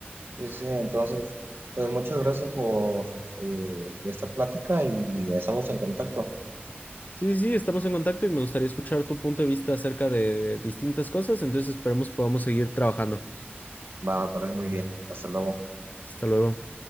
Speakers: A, on the right (about 60°); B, on the left (about 40°).
A: Sí, sí, entonces, pues muchas gracias por eh, esta plática y estamos en contacto.
B: Sí, sí, sí, estamos en contacto y me gustaría escuchar tu punto de vista acerca de distintas cosas, entonces esperemos podamos seguir trabajando.
A: Va, me parece muy bien. Hasta luego.
B: Hasta luego.